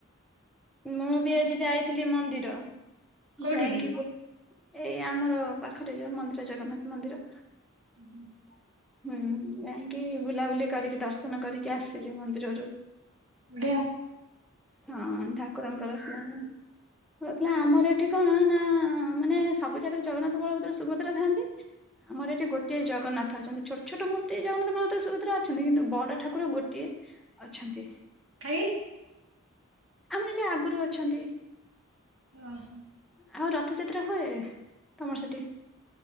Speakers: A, in the centre; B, on the right (about 65°).
A: ମୁଁ ବି ଆଜି ଯାଇଥିଲି ମନ୍ଦିର
B: କୋଉଠିକି?
A: ଯାଇକି ଏଇ ଆମର ପାଖରେ ଯୋଉ ମନ୍ଦିର ଜଗନ୍ନାଥ ମନ୍ଦିର।
B: ହୁ ହୁ <inaudible>
A: ହୁଁ ଯାଇକି ବୁଲାବୁଲି କରିକି ଦର୍ଶନ କରିକି ଆସିଲି ମନ୍ଦିରରୁ।
B: ହୁଁ
A: ହଁ ଠାକୁରଙ୍କର ସ୍ନାନ କହୁଥିଲା ଆମର ଏଠି କଣ ନା ମାନେ ସବୁ ଜାଗାରେ ଜଗନ୍ନାଥ ବଳଭଦ୍ର ସୁଭଦ୍ରା ଥାନ୍ତି। ଆମର ଏଠି ଗୋଟେ ଜଗ ଜଗନ୍ନାଥ ଅଛନ୍ତି। ଛୋଟ ଛୋଟ ମୂର୍ତ୍ତି ଜଗନ୍ନାଥ ବଳଦ୍ର ସୁଭଦ୍ରା ଅଛନ୍ତି। କିନ୍ତୁ ବଡ ଠାକୁର ଗୋଟିଏ ଅଛନ୍ତି।
B: ଖାଇ
A: ଆମର ଏତେ ଆଗରୁ ଅଛନ୍ତି।
B: ଓ ହୋ।
A: ଆଉ ରଥଯାତ୍ରା ହୁଏ। ତମର ସେଠି?